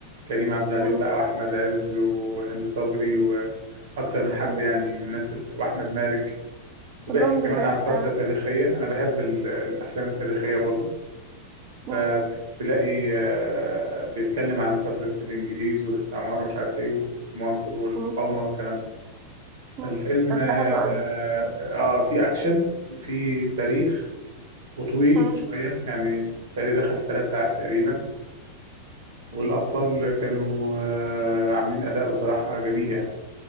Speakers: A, on the right (about 60°); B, on the right (about 35°).
A: كريم عبد العزيز
B: مم.
A: بقى وأحمد عز وهند صبري وأكتر من حد
B: مم.
A: يعني من الناس ال- وأحمد مالك
B: كلهم
A: وبيحكي كمان
B: لذاذ
A: عن فترة
B: فعلا
A: تاريخية أنا بحب ال- الأفلام التاريخية برضو
B: مم.
A: فتلاقي آه، بيتكلم عن فترة الإنجليز والاستعمار ومش عارف إيه ومصر والمقاومة
B: مم.
A: والكلام ده فالفيلم
B: مم. طب
A: آه,
B: ده حلو قوي
A: آه فيه أكشن وفيه تاريخ وطويل
B: مم.
A: شوية يعني تاريخ دخل في ثلاث ساعات تقريبا والأبطال كانوا آه عاملين أداء بصراحة جميل يعني